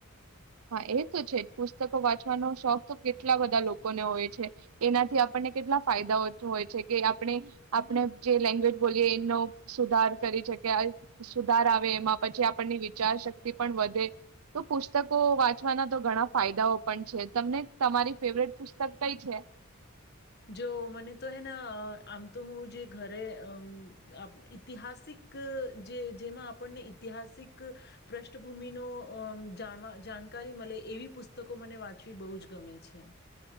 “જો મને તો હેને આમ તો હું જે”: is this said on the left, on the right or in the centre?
Left